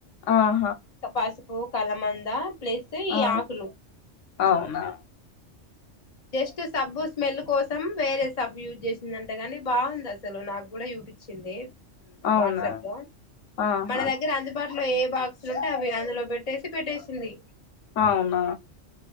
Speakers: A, on the left (about 80°); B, on the left (about 35°).
A: ఆ
B: తపాస్ ఓ కలమందా ప్రతి ఈ
A: ఆ
B: ఆకులు
A: అవునా
B: జస్ట్ సబ్బు స్మెల్ కోసం వేరే సబ్బు యూజ్ చేసిందంట గని బాగుంది అసలు నాకు గుడా చూపించింది.
A: అవునా
B: వాట్సాప్లో
A: ఆహా
B: మన దగ్గర అందుబాట్ ఏ బా అసలుంటావి అందులో పెట్టేసి పెట్టేసింది.
A: అవునా